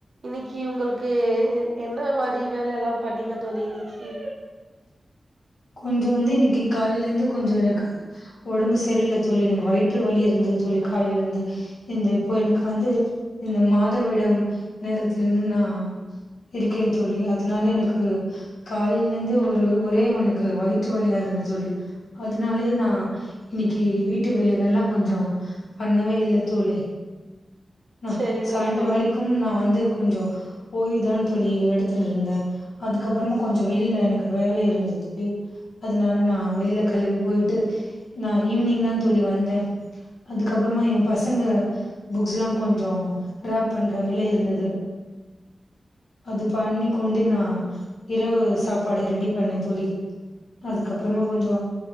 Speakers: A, on the right; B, on the left.
A: இன்னைக்கு உங்களுக்கு என் என்ன மாரி வேல எல்லா பண்ணீங்க தோழி இன்னைக்கு
B: கொஞ்சொ வந்து இன்னிக்கு காலைல இருந்து கொஞ்சொ எனக்கு ஒடம்பு சரியில்ல தோழி எனக்கு வயிற்று வலி இருந்தது தோழி காலைல இருந்து இந்த இப்பொ எனக்கு வந்து இந்த மாதவிடம் நேரத்துல இருந்து நா இருக்கேன் தோழி அதனால எனக்கு காலை ல இருந்து ஒரு ஒரே எனக்கு வயிற்று வழியா இருந்த தோழி அதனாலே நா இன்னைக்கு வீட்டு வேலைகல்லா கொஞ்சொ பண்ணவே இல்ல தோழி <unintelligible>
A: செரிங்க தோழி
B: வழிக்கும் நா வந்து கொஞ்சொ ஓய்வு தான் தோழி எடுத்துர்ருந்த அதுக்கப்பறமு கொஞ்சொ வெளில எனக்கு வேல இருந்துது தோழி அதுனால நா வெளில களம்பி போய்ட்டு நா ஈவினிங் தா தோழி வந்த அதுக்கப்பறமா எம் பசங்க புக்ஸ்லா கொஞ்சொ ராப் பண்ற வேல இருந்துது அது பண்ணி கொண்டு நா இரவு ஸ் சாப்பாடு ரெடி பண்ணேன் தோழி அதுக்கப்புறமா கொஞ்சொ